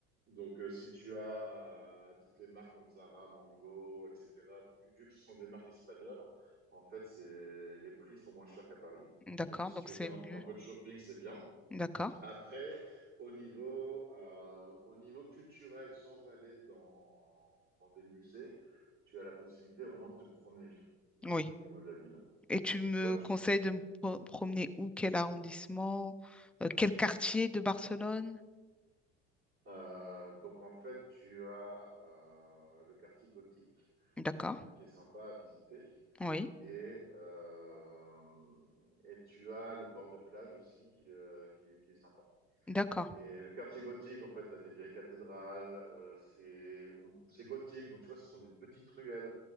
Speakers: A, on the right; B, in the centre.
A: Donc, euh, si tu as euh, toutes les marques comme Zara, Mango, etc., vu, vu que ce sont des marques espagnoles, en fait, c'est, les prix sont moins chers qu'à Paris.
B: D'accord,
A: Donc, si
B: donc
A: tu
B: c'est
A: veux faire
B: mieux.
A: un, un peu de shopping, c'est bien.
B: D'accord.
A: Après, au niveau, euh, au niveau culturel, sans aller dans, dans des musées, tu as la possibilité vraiment de te promener
B: Oui.
A: au niveau de la ville.
B: Et tu me
A: Tu vois, tu,
B: conseilles de me pro- promener où, quel arrondissement, euh, quel quartier de Barcelone?
A: euh, donc en fait, tu as euh, le quartier gothique
B: D'accord.
A: euh, qui est sympa à visiter.
B: Oui.
A: Et, euh, et tu as le bord de plage aussi qui, euh, qui, qui est sympa.
B: D'accord.
A: Et le quartier gothique, en fait, t'as des vieilles cathédrales, euh, c'est on- c'est gothique, donc tu vois, ce sont des petites ruelles